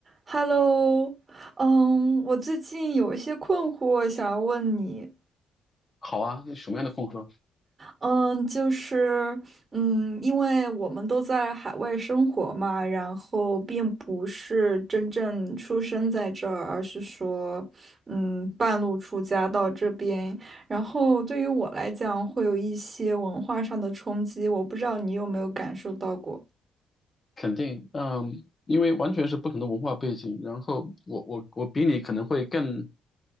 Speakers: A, on the right (about 35°); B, on the left (about 30°).
A: Hello，嗯，我最近有一些困惑想要问你，
B: 好啊，那什么样的风格？
A: 嗯，就是，嗯，因为我们都在海外生活嘛，然后并不是真正出生在这儿，而是说，嗯，半路出家到这边，然后对于我来讲会有一些文化上的冲击，我不知道你有没有感受到过。
B: 肯定，嗯，因为完全是不同的文化背景，然后我我我比你可能会更